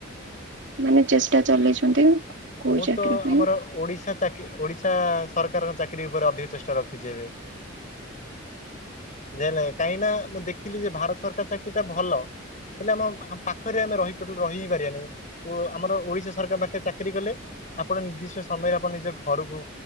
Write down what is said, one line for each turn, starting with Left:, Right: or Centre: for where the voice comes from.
Right: ମାନେ ଚେଷ୍ଟା ଚଲେଇଛନ୍ତି? କୋଉ
Left: ମୁଁ
Right: ଚାକିରି
Left: ତ
Right: ପାଇଁ
Left: ଆମର ଓଡିଶା ଚାକିରୀଓଡିଶା ସରକାରଙ୍କ ଚାକିରୀ ଉପରେ ଅଧିକ ଚେଷ୍ଟା ରଖିଛି ଏବେ। ଯେ ନାଇଁ କାହିଁକି ନା ମୁଁ ଦେଖିଲି ଯେ ଭାରତ ସରକାର ଚାକିରୀଟା ଭଲ। ହେଲେ ଆମ ଆମ ପାଖରେ ଆମେ ରହି ଟୋଟାଲି ରହି ହିଁ ପାରିଆନେଇଁ। ଓ ଆମର ଓଡିଶା ସରକାରଙ୍କ ପାଖରେ ଚାକି ଚାକିରୀ କଲେ, ଆପଣ ନିର୍ଦ୍ଦିଷ୍ଟ ସମୟରେ ଆପଣ ନିଜ ଘରକୁ